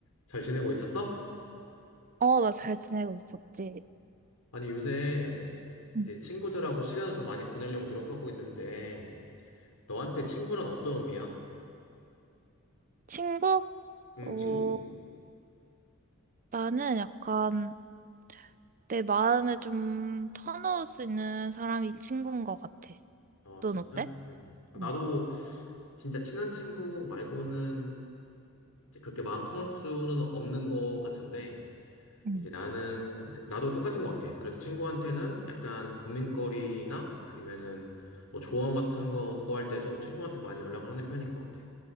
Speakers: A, on the left (about 90°); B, on the right (about 40°).
A: 잘 지내고 있었어?
B: 어, 나 잘 지내고 있었지.
A: 아니, 요새
B: 응.
A: 이제 친구들하고 시간을 좀 많이 보내려고 노력하고 있는데, 너한테 친구란 어떤 의미야?
B: 친구?
A: 응,
B: 어,
A: 친구.
B: 나는 약간 내 마음에 좀 터놓을 수 있는 사람이 친구인 것 같아.
A: 아,
B: 넌
A: 진짜?
B: 어때?
A: 응. 아,
B: 응.
A: 나도 진짜 친한 친구 말고는 이제 그렇게 마음 터널 수는 없는 것 같은데,
B: 응.
A: 이제 나는, 나도 똑같은 것 같아. 그래서 친구한테는 약간 고민거리나 아니면은 뭐 조언 같은 거 구할 때도 친구한테 많이 연락을 하는 편인 것 같아.